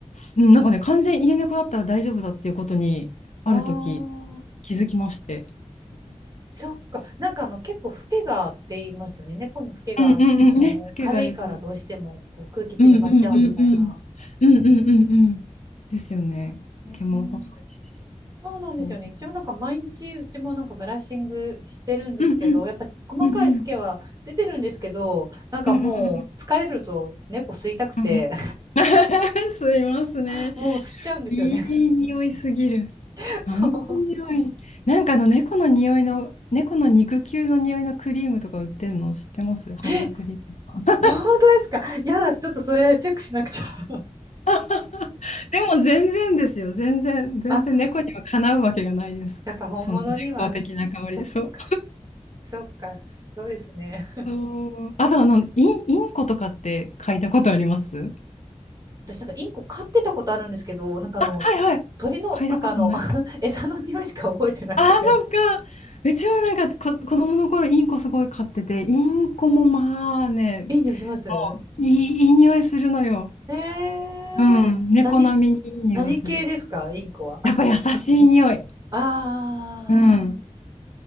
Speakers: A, on the left (about 70°); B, on the right (about 30°).
A: うん、なんかね、完全家猫だったら大丈夫だっていうことに、ある時
B: ああ。
A: 気づきまして。
B: そっか。なんかあの結構フケがって言いますよね。猫のフケがあの軽いからどうしてもこう空気中に舞っちゃうみたいな。
A: うんうんうん。<laughs> ね、つけがよくね。うんうんうんうん。うんうんうんうん。ですよね。
B: ねえ
A: 毛も細いし。
B: そうなんですよね。
A: そう。
B: 一応なんか毎日うちもなんかブラッシングしてるんですけど、
A: うんうん。
B: やっぱ細かいフケは出てるんですけど、
A: うんうん。
B: なんかもう疲れると猫吸いたくて、
A: うんうんうんうんうん <laughs> 吸いますね。
B: <laughs> もう吸っちゃうんですよね。
A: いい匂いすぎる。
B: <laughs>
A: あの匂い。
B: そう。
A: なんかあの猫の匂いの、猫の肉球の匂いのクリームとか売ってんの知ってますハンドクリームとか。
B: え、本当ですかいやだ、ちょっとそれチェックしなくちゃ。
A: <laughs> でも全然ですよ。全然、全然猫にはかなうわけがないです。
B: <laughs> あ、やっぱ本物には、
A: その人工的な香り。
B: そっか、
A: そう。
B: そっか、そうですね。
A: そうあとあの、イン、インコとかって嗅いだことあります
B: 私なんかインコ飼ってたことあるんですけど、なんかあの、
A: はいはい。
B: 鳥の、
A: 嗅いだことない
B: なんかあの、<laughs> 餌の匂いしか覚えてなくて。
A: ああ、そっか。うちはなんかこ、子供の頃インコすごい飼ってて、インコもまあね、
B: いい匂いします
A: いい、いい匂いするのよ。
B: えー、
A: うん。猫並みにいい匂いがする。
B: 何、何系ですか、インコは。<laughs>
A: やっぱ優しい匂い。
B: あ
A: うん。